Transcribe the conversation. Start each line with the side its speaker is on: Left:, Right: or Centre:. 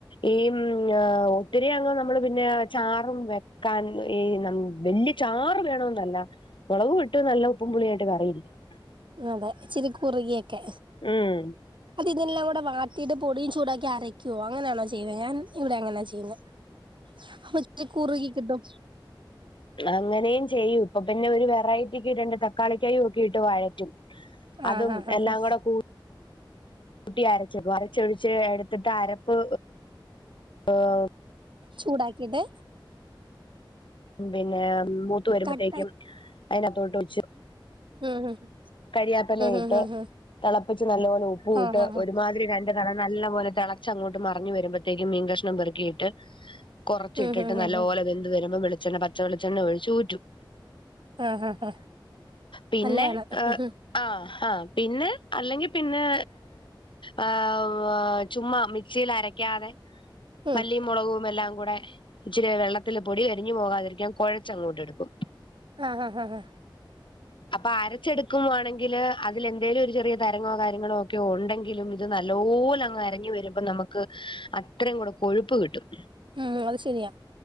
Left: ഈ മ്മ് ങ്ങാ ഒത്തിരിയങ്ങ് നമ്മള് പിന്നെ ചാറും വെക്കാൻ ഈ വല്യ ചാറ് വേണോന്നല്ല മൊളകും ഇട്ട് നല്ല ഉപ്പും പുളിയായിട്ട് കറിയിരിക്കണം
Right: അതെ ഇച്ചിരി കുറുകിയൊക്കെ
Left: ഉം
Right: അത് ഇതിനെല്ലാം കൂടെ വാട്ടിട്ട് പൊടിയും ചൂടാക്കി അരക്കുവോ? അങ്ങനെയണോ ചെയ്തത് ഞാൻ ഇവിടെ അങ്ങനെയാ ചെയ്യുന്നത് അപ്പ ഇച്ചിരി കുറുകികിട്ടും
Left: അങ്ങനേയും ചെയ്യും ഇപ്പൊ പിന്നെ ഒരു വെറൈറ്റിക്ക് രണ്ട് തക്കാളിക്കായും ഒക്കെ ഇട്ട് വഴറ്റും അതും
Right: ആഹ് ആഹ് ആഹ്
Left: എല്ലാം
Right: ആഹ്
Left: കൂടെ കൂട്ടി ട്ടി അരച്ച് വെക്കും അരച്ചൊഴിച്ച് എടുത്തിട്ട് അരപ്പ് ഏമ്മ്
Right: ചൂടാക്കിയിട്ട്
Left: പിന്നെ മൂത്ത് വരുമ്പത്തേക്കും
Right: കട്ട
Left: അതിനകത്തോട്ട് ഒഴിച്ച്
Right: ഉംഹ് ഉം
Left: കരിയാപ്പെല ഇട്ട്
Right: ഉം ഉം ഉം ഉം
Left: തെളപ്പിച്ച് നല്ല പോലെ ഉപ്പും
Right: ആഹ്
Left: ഇട്ട്
Right: ആഹ്
Left: ഒരുമാതിരി രണ്ട് തെള പോലെ തെളച്ചങ്ങോട്ട് മറിഞ് വരുമ്പത്തേക്കും മീൻ കഷ്ണം പെറുക്കിയിട്ട് കൊറച്ചിട്ടിട്ട്
Right: ഉം ഉം
Left: നല്ല
Right: ഉം ഉം
Left: പോലെ വെന്ത് വരുമ്പോ വെളിച്ചണ പച്ച വെളിച്ചെണ്ണ ഒഴിച്ച് ഊറ്റും
Right: ആഹ് ആഹ
Left: പിന്നെ
Right: നല്ലയാണ് ഉം
Left: ആഹ് ആഹ് പിന്നെ അല്ലെങ്കി പിന്നെ് ആ ചുമ്മാ മിക്സിയിൽ അരക്കാതെ
Right: ഉം
Left: മല്ലിയും മൊളകും എല്ലാം കൂടെ ഇച്ചിരി വെള്ളത്തില് പൊടി കരിഞ്ഞു പോകാതിരിക്കാൻ കൊഴച്ചങ്ങോട്ട് എടുക്കും
Right: ആഹ് ആഹാ ഹാ ഹാ
Left: അപ്പൊ അര അരച്ചെടുക്കുവാണെങ്കി അതിലെന്തേലും ഒരു ചെറിയ തരങ്ങോ കാര്യങ്ങളോ ഒക്കെ ഒണ്ടെങ്കിലും ഇത് നല്ലോലങ് അരഞ്ഞ് വരും മ്പം നമുക്ക് അത്രയും കൂടെ കൊഴുപ്പ് കിട്ടും
Right: ഉം അത് ശരിയാ